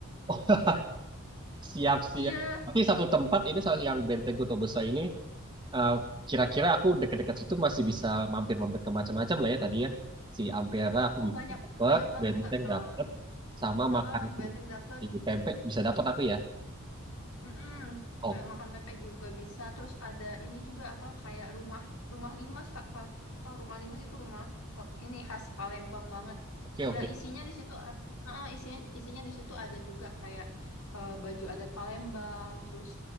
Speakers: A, on the right (about 20°); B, on the left (about 85°).
A: <laughs> siap siap
B: Iya,
A: tapi satu tempat ini sa- yang Benteng Kuto Besar ini eh, kira-kira aku dekat-dekat situ masih bisa mampir-mampir ke macam-macam lah ya tadi ya si Ampera aku
B: oh
A: bisa
B: banyak,
A: dapet
B: banyak banget
A: Benteng
B: Kak. Eh,
A: dapet sama
B: heeh,
A: makan
B: Benteng dapur
A: di pempek bisa dapat aku ya
B: Mm-mm.
A: oh
B: Ma- Makan pempek juga bisa. Terus ada ini juga apa kayak rumah rumah limas kak, Kak- Kak, rumah limas itu rumah ha- ini khas Palembang banget.
A: oke oke
B: Nah isinya di situ, ah, ah, isinya isinya di situ ada juga kayak eh, baju adat Palembang, terus